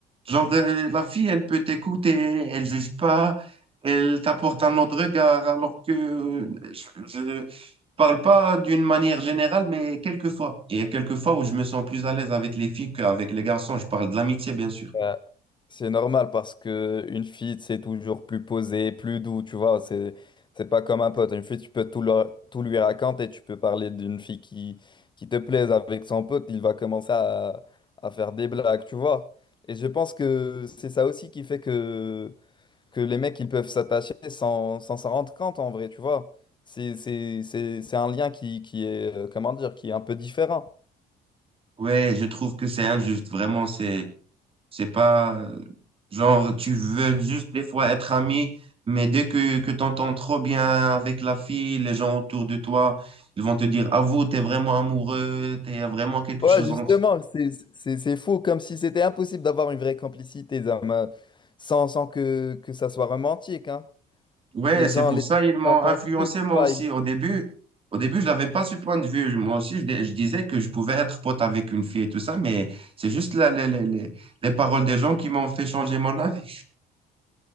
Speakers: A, on the right; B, on the left.
A: Genre, euh, la fille, elle peut t'écouter, elle juge pas, elle t'apporte un autre regard, alors que euh, je, je parle pas d'une manière générale, mais quelquefois. Il y a quelques fois où je me sens plus à l'aise avec les filles qu'avec les garçons. Je parle de l'amitié, bien sûr.
B: Euh, c'est normal parce que une fille, c'est toujours plus posé, plus doux, tu vois. C'est, c'est pas comme un pote. Une fille, tu peux tout, leur- tout lui raconter. Tu peux parler d'une fille qui, qui te plaise avec son pote. Il va commencer à, à faire des blagues, tu vois. Et je pense que c'est ça aussi qui fait que que les mecs ils peuvent s'attacher sans sans s'en rendre compte en vrai, tu vois. C'est c'est- c'est- c'est un lien qui, qui est, euh, comment dire, qui est un peu différent.
A: Ouais, je trouve que c'est injuste, vraiment, c'est C'est pas euh, genre tu veux juste des fois être ami, mais dès que, que tu entends trop bien avec la fille, les gens autour de toi, ils vont te dire, ah vous, t'es vraiment amoureux, t'es vraiment quelque
B: Ouais,
A: chose
B: justement,
A: entre.
B: c'est c'est- c'est fou, comme si c'était impossible d'avoir une vraie complicité Zama, sans, sans que, que ça soit romantique, hein.
A: Ouais,
B: Les
A: c'est
B: gens,
A: pour
B: les
A: ça ils m'ont
B: gens font
A: influencé
B: tout, tu
A: moi aussi.
B: ils-
A: Au début, au début, je n'avais pas ce point de vue. Moi aussi, je, dis- je disais que je pouvais être pote avec une fille et tout ça, mais c'est juste la- les, les, les les paroles des gens qui m'ont fait changer mon avis.